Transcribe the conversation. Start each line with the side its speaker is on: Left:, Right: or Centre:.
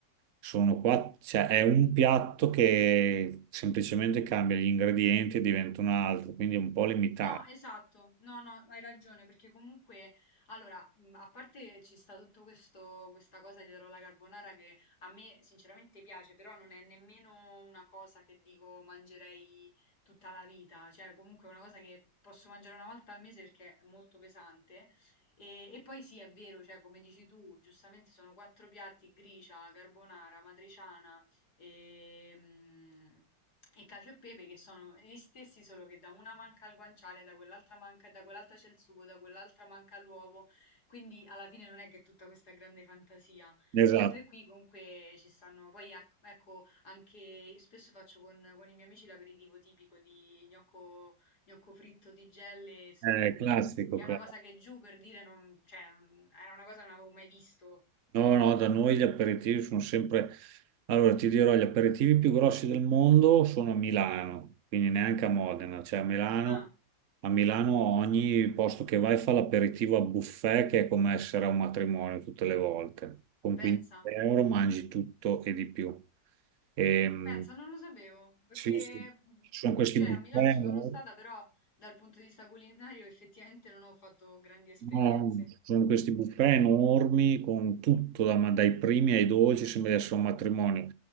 Right: sono qua, cioè è un piatto che semplicemente cambia gli ingredienti e diventa un altro, quindi è un po' limitato.
Left: No, esatto, no, no, hai ragione, perché comunque, allora, mh, a parte ci sta tutto questo, questa cosa dietro la carbonara che a me sinceramente piace, però non è nemmeno una cosa che dico mangerei tutta la vita, cioè comunque è una cosa che posso mangiare una volta al mese perché è molto pesante. E, e poi sì, è vero, cioè come dici tu, giustamente sono quattro piatti, gricia, carbonara, matriciana, e, mm, e cacio e pepe che sono gli stessi, solo che da una manca al guanciale, da quell'altra manca, da quell'altra c'è il sugo, da quell'altra manca l'uovo, quindi alla fine non è che è tutta questa grande fantasia,
Right: Esatto,
Left: mentre qui comunque ci stanno, poi ac- ecco, anche io spesso faccio con, con i miei amici l'aperitivo tipico di gnocco, gnocco fritto di gelle e salumi,
Right: è classico,
Left: che
Right: classico.
Left: è una cosa che giù per dire non, cioè, era una cosa che non avevo mai visto.
Right: No, no, da noi gli aperitivi sono sempre... Allora, ti dirò, gli aperitivi più grossi del mondo sono a Milano, quindi neanche a Modena, cioè a Milano,
Left: Ah,
Right: a Milano ogni posto che vai fa l'aperitivo a buffet, che è come essere a un matrimonio tutte le volte. Con
Left: pensa.
Right: 15 euro mangi tutto e di più. E, mh,
Left: Pensa, non lo sapevo, perché
Right: sì, sì,
Left: mh,
Right: ci sono questi
Left: cioè,
Right: buffet,
Left: a Milano ci
Right: no?
Left: sono stata, però dal punto di vista culinario effettivamente non ho fatto grandi esperienze.
Right: No, ci sono questi buffet enormi con tutto, da- ma dai primi ai dolci, sembra di essere un matrimonio.